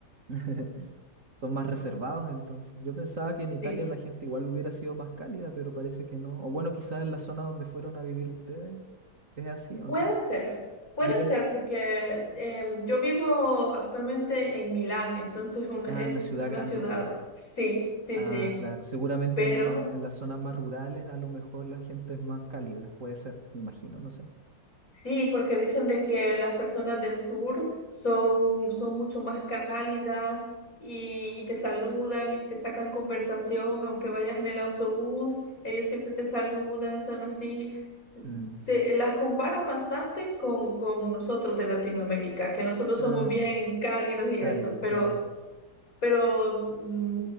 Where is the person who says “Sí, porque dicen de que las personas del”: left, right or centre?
Left